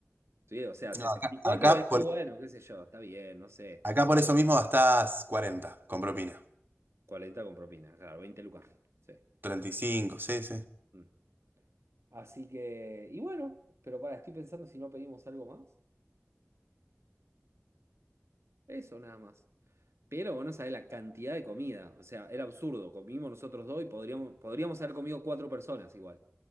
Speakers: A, on the right; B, on the right.
A: Sí, o sea, 64
B: No, acá, acá
A: decís,
B: por,
A: bueno, qué sé yo, está bien, no sé.
B: acá por eso mismo gastás 40 con propina.
A: cuarenta con propina, claro, 20 lucas. Sí.
B: treinta y cinco sí, sí.
A: Mm. Así que, y bueno, pero para, estoy pensando si no pedimos algo más. Eso nada más. Pero vos no sabés la cantidad de comida. O sea, era absurdo. Comimos nosotros dos y podríamos, podríamos haber comido cuatro personas igual.